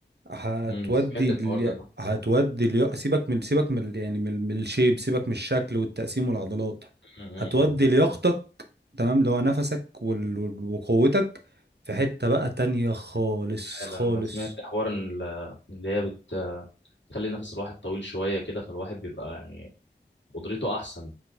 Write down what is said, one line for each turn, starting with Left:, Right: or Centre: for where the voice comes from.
Right: هتودي
Left: امم سمعت الحوار
Right: ال...
Left: ده
Right: هتودي ال... سيبك من سيبك من ال- يعني من, من الشيب سيبك من الشكل والتقسيم والعضلات
Left: مم.
Right: هتودي لياقتك تمام اللي هو نفسك وال... وال- وقوتك في حته بقى تانية خالص
Left: فعلا
Right: خالص
Left: انا سمعت حوار ان ال- اللي هي بتخلي نفس الواحد طويل شويه كده فالواحد بيبقى يعني قدرته احسن